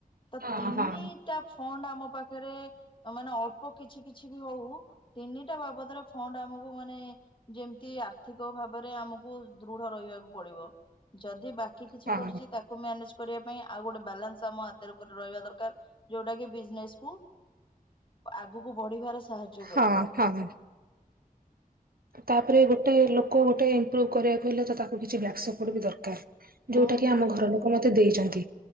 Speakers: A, on the left; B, on the right.
A: ତ
B: ହଁ
A: ତିନିଟା
B: ହଁ
A: ଫଣ୍ଡ ଆ ଆମ ପାଖରେ ମାନେ ଅଳ୍ପ କିଛି କିଛି ବି ହଉ ତିନିଟା ବାବଦରେ ଫଣ୍ଡ ଆମକୁ ମାନେ ଯେମତି ଆର୍ଥିକ ଭାବରେ ଆମକୁ ଦୃଢ ରହିବାକୁ। ପଡ଼ିବ ଯଦି ବାକି କିଛି
B: ହଁ
A: ପଡିଛି ତାକୁ କରିବା ପାଇଁ ଆଉ ଗୋଟେ ବାଲାନ୍ସ ଆମ ହାତରେ ଉପରେ ରହିବା ଦରକାର ଯୋଉଟା କି ବିଜନେସକୁ ଆଗକୁ ବଢିବାର ସାହାଯ୍ୟ କରିବ।
B: ହଁ ହଁ। ତାପରେ ଗୋଟେ ଲୋକ ଗୋଟେ ଇମ୍ପ୍ରୁଭ କରିବାକୁ ହେଲେ ତ ତାକୁ କିଛି ବ୍ୟାକ୍ ସପୋର୍ଟ ବି ଦରକାର।
A: ହୁଁ
B: ଯୋଉଟା କି
A: ହୁଁ
B: ଆମ ଘର ଲୋକ ମତେ ଦେଇଛନ୍ତି